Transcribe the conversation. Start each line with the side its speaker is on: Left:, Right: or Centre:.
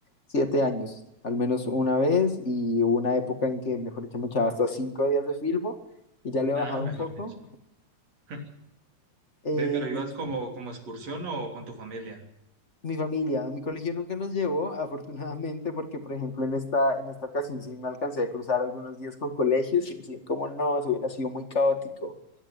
Left: siete años, al menos una vez, y hubo una época en que, mejor dicho, me echaba hasta cinco días de Filbo y ya le
Right: Nada,
Left: he bajado
Right: mejor
Left: un poco.
Right: dicho. <laughs>
Left: Em,
Right: Ve, pero ibas como, como excursión o con tu familia.
Left: Mi familia, mi colegio nunca nos llevó, afortunadamente, porque por ejemplo en esta, en esta ocasión sí me alcancé a cruzar algunos días con colegios y decía, ¿cómo no? Eso hubiera sido muy caótico.